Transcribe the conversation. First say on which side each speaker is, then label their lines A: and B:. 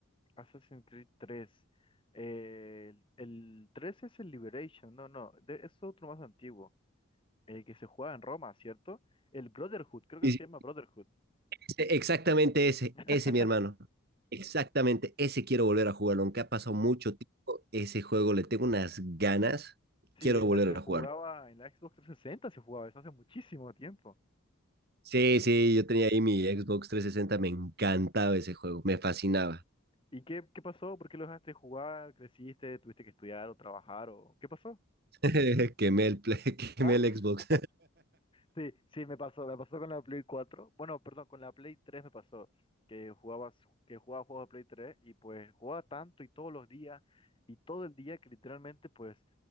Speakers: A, on the left; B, on the right.
A: Assassin's Creed tres, Eh, el, el 3 es el Liberation, no, no, de- es otro más antiguo, el que se jugaba en Roma, ¿cierto? El Brotherhood, creo que
B: Y-
A: se llama Brotherhood.
B: Ese- exactamente ese,
A: <laughs>
B: ese mi hermano, exactamente ese quiero volver a jugarlo, aunque ha pasado mucho tiempo, ese juego le tengo unas ganas,
A: Sí,
B: quiero
A: ese
B: volver
A: se jugaba
B: a jugarlo.
A: en la Xbox trescientos sesenta se jugaba eso hace muchísimo tiempo.
B: Sí, sí, yo tenía ahí mi Xbox 360 me encantaba ese juego, me fascinaba.
A: ¿Y qué, qué pasó? ¿Por qué lo dejaste de jugar? ¿Creciste? ¿Tuviste que estudiar o trabajar? o qué pasó?
B: <laughs> Quemé el, Play- <laughs> quemé
A: <laughs>
B: el Xbox.
A: Sí, sí, me pasó, me pasó con la Play cuatro, Bueno, perdón, con la Play 3 me pasó que jugabas, que jugaba juegos de Play 3 y pues jugaba tanto y todos los días y todo el día que literalmente pues